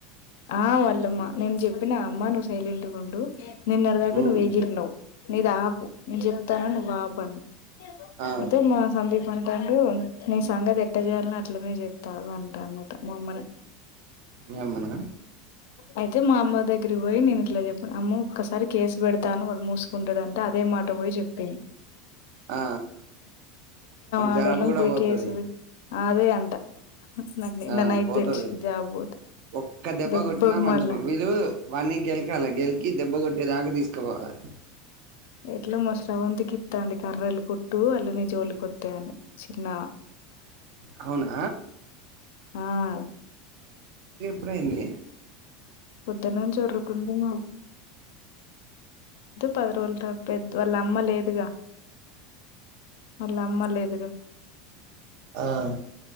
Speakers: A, on the left; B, on the right.
A: ఆహ్ వాళ్ళమ్మ. నేను చెప్పిన అమ్మ నువ్వు సైలెంట్ గా ఉండు. నిన్నటిదాకా
B: ఉమ్,
A: నువ్వు ఎగిరినవ్ నీదాపు. నేను చెప్తాను. నువ్వు ఆపు అన్నా
B: ఆ,
A: అయితే మా సందీప్ అంటుండు నీ సంగతి ఎట్ట చేయాలనొ అట్లనే చేస్తా ఆగు అని. అనమాట మా అమ్మనే
B: మీ అమ్మనా
A: అయితే మా అమ్మ దగ్గర పోయి నేను అట్లా చెప్పిన అమ్మ ఒక్కసారి కేసు పెడతాను వాడు మూసుకుంటాడుంటే అదే మాట పోయి చెప్పెసింది.
B: ఆ, మన
A: ఆడోలం
B: జాబ్ కూడా
A: పోయి
B: పోతుంది
A: కేసుపె అదే అంట నాకు నిన్న
B: ఆహ్
A: నైట్
B: పోతది
A: తెలిసింది జాబ్ పోతే
B: ఒక్క దెబ్బ
A: దెబ్బకు
B: కొట్టినా మంచిగా
A: మళ్ళా
B: వీళ్ళు వాన్ని గెలకాలే గెలికి దెబ్బ కొట్టే దాకా తీసుకు కోబని
A: ఎట్లా మా స్రవంతికి ఇత్త ఉంది కర్రలు కొట్టు వాళ్ళని. జోలికొత్తయని చిన్న
B: అవునా
A: ఆహ్
B: ఇప్పుడే ఏంది.
A: పొద్దున్నుంచి వరులుకుంటున్న. పది రోజుల తర్వాత పెద్ద వాళ్ళ అమ్మ లేదుగా వాళ్ళ అమ్మ లేదుగా
B: ఆహ్